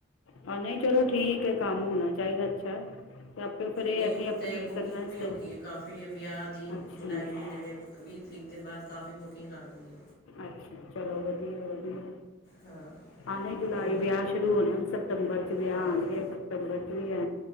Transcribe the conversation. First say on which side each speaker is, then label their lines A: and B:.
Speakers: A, on the left; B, on the left.
A: ਹਾਂ ਨਹੀਂ ਚਲੋ ਠੀਕ ਹੈ ਕੰਮ ਹੋਣਾ ਚਾਹੀਦਾ ਅੱਛਾ ਅਤੇ ਆਪੇ ਫਿਰ ਇਹ
B: ਨਹੀਂ
A: ਹੈ
B: ਹੁਣ
A: ਕਿ ਆਪਣੀ
B: ਤਾਂ ਬੁਕਿੰਗ
A: ਕਨਵੈਂਸ
B: ਵੀ
A: 'ਤੇ
B: ਹੋ ਗਈ ਹੈ ਕਾਫੀ ਵੀ ਵਿਆਹ ਦੀ
A: ਅੱਛਾ
B: ਜੁਲਾਈ ਮਹੀਨੇ ਦੇ ਵੀਹ ਤਰੀਕ ਦੇ ਬਾਅਦ ਕਾਫੀ ਬੁਕਿੰਗ ਆ ਗਈ ਹੈ
A: ਅੱਛਾ ਚਲੋ ਵਧੀਆ ਵਧੀਆ
B: ਹਾਂ
A: ਆਣੇ ਜੁਲਾਈ
B: ਹੁਣ
A: ਵਿਆਹ ਸ਼ੁਰੂ ਹੋਣੇ ਹੁਣ ਸਤੰਬਰ ਚ ਵਿਆਹ
B: ਹਾਂ
A: ਆਣਗੇ ਸਪਤੰਬਰ ਚ ਵੀ ਆ